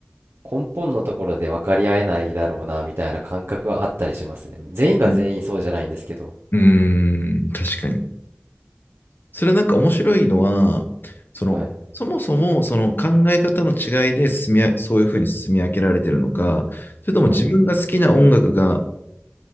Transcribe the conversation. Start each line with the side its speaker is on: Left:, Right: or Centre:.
Right: 根本のところで分かり合えないだろうなみたいな感覚はあったりしますね全員が全員そうじゃないんですけど
Left: うん。うん確かに。それはなんか面白いのは、その、
Right: はい
Left: そもそもその考え方の違いで進みあ、そういうふうに進み分けられてるのか、それとも自分が好きな音楽が、
Right: はい